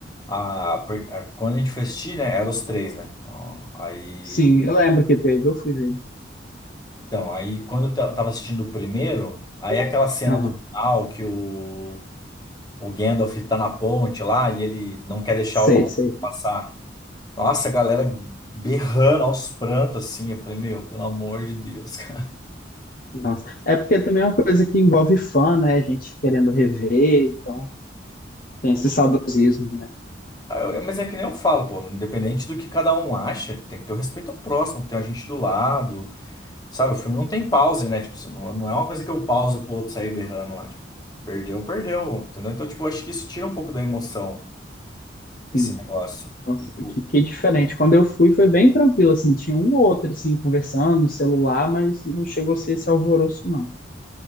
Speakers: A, on the left; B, on the left.
A: a, por- a- quando a gente foi assistir, né, eram os três, né, Ó, aí,
B: Sim, eu lembro que teve, eu fui ver.
A: então, aí quando eu ta- tava assistindo o primeiro, aí aquela cena
B: Aham.
A: do final que o o Gandalf tá na ponte lá e ele não quer deixar
B: Sei,
A: o Balrog
B: sei.
A: passar. Nossa, a galera berrando aos prantos assim. Eu falei, meu, pelo amor de Deus, <laughs> cara.
B: Nossa. É porque também é uma coisa que envolve fã, né? A gente querendo rever, então tem esse saudosismo, né?
A: Aí eu- Mas é que nem eu falo, pô, independente do que cada um acha, tem que ter o respeito ao próximo, tem a gente do lado, sabe? O filme não tem pause, né? Tipo, você não, não é uma coisa que eu pauso pro outro sair berrando lá, tipo, perdeu, perdeu, entendeu? Então, tipo, eu acho que isso tira um pouco da emoção,
B: Enfim,
A: esse negócio.
B: nossa,
A: Tipo,
B: que, que diferente. Quando eu fui foi bem tranquilo assim, tinha um ou outro assim conversando no celular, mas não chegou a ser esse alvoroço não.